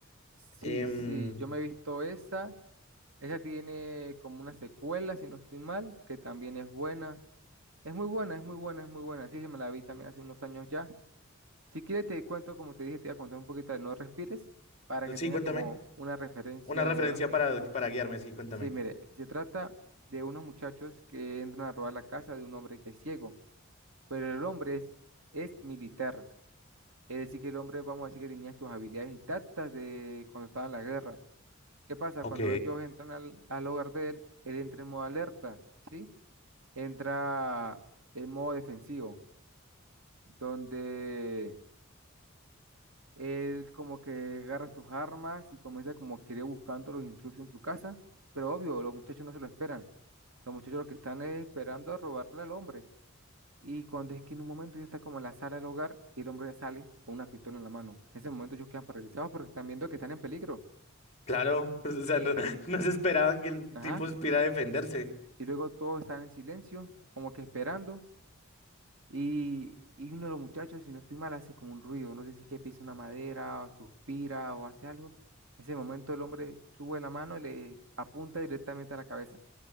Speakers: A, on the right (about 80°); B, on the left (about 35°).
A: Sí,
B: Em,
A: sí, yo me he visto esa. Esa tiene como una secuela, si no estoy mal, que también es buena. Es muy buena, es muy buena, es muy buena. Sí, se me la vi también hace unos años ya. Si quieres te cuento, como te dije, te voy a contar un poquito de No Respires para que
B: sí,
A: tenga
B: cuéntame.
A: como una referencia
B: Una referencia
A: de una...
B: para, para guiarme, sí, cuéntame.
A: Sí, mire, se trata de unos muchachos que entran a robar la casa de un hombre que es ciego, pero el hombre es, es militar, es decir, que el hombre, vamos a decir que tenía sus habilidades intactas de cuando estaba en la guerra. ¿Qué pasa?
B: Ok,
A: Cuando ellos entran al, al hogar de él, él entra en modo alerta, ¿sí? Entra en modo defensivo, donde... Él como que agarra sus armas y comienza como que ir buscando a los intrusos en su casa, pero obvio, los muchachos no se lo esperan. Los muchachos lo que están es esperando a robarle al hombre. Y cuando es que en un momento ellos están como en la sala del hogar y el hombre ya sale con una pistola en la mano. En ese momento ellos quedan paralizados porque están viendo que están en peligro.
B: claro. <laughs> O
A: Y,
B: sea, no, no se esperaban que el
A: ajá,
B: tipo supiera defenderse.
A: y luego todos están en silencio, como que esperando. Y, y uno de los muchachos, si no estoy mal, hace como un ruido. No sé si es que pisa una madera, o suspira o hace algo. En ese momento el hombre sube la mano y le apunta directamente a la cabeza.